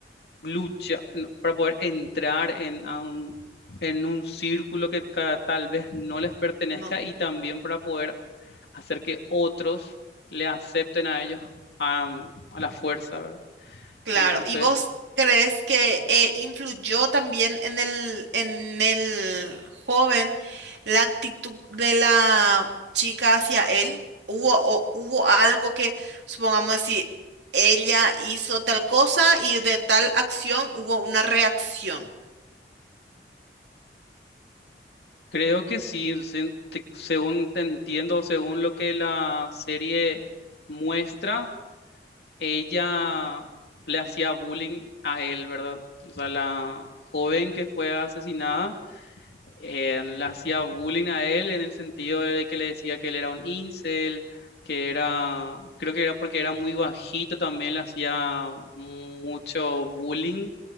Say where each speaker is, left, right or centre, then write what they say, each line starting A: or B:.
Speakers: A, on the left (about 70°); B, on the right (about 85°).
A: luchar, no, para poder entrar en, a un, en un círculo que ca- tal vez no les pertenezca
B: ¿no?
A: y también para poder hacer que otros le acepten a ellos am, a, la fuerza, ¿verdad?
B: Claro,
A: Entonces,
B: ¿y vos crees que eh, influyó también en el, en el joven la actitud de la chica hacia él? ¿Hubo, o, hubo algo que, supongamos, decir ella hizo tal cosa y de tal acción hubo una reacción?
A: creo que sí, sen- te- según te entiendo, según lo que la serie muestra, ella le hacía bullying a él, ¿verdad? O sea, la joven que fue asesinada eh, le hacía bullying a él en el sentido de que le decía que él era un incel, que era, creo que era porque era muy bajito, también le hacía mucho bullying.